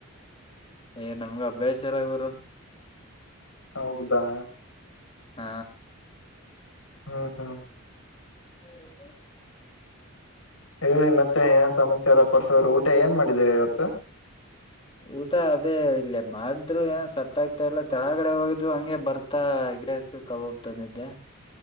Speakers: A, on the left (about 25°); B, on the left (about 80°).
A: ಏ ನಮ್ಗೆ ಅಭ್ಯಾಸ ಇಲ್ಲ ಗುರು.
B: ಹೌದಾ
A: ಹ
B: ಹ್ಮ ಹ್ಮ್
A: ಹೌದು
B: ಹೇಳಿ ಮತ್ತೆ ಏನ್ ಸಮಾಚಾರ ಪರ್ಸೋರು ಊಟ ಏನ್ ಮಾಡಿದ್ರಿ ಇವತ್ತು.
A: ಊಟ ಅದೇ ಇಲ್ಲೇ ಮಾಡಿದ್ರು ಏನ ಸಟ್ ಆಗ್ತಾ ಇಲ್ಲ ತೆಳಗಡೆ ಹೋಗಿದ್ವು ಹಂಗೆ ಬರ್ ಮತ್ತ ಎಗ್ ರೈಸ್ ಕಬಾಬ್ ತಂದಿದ್ದೆ.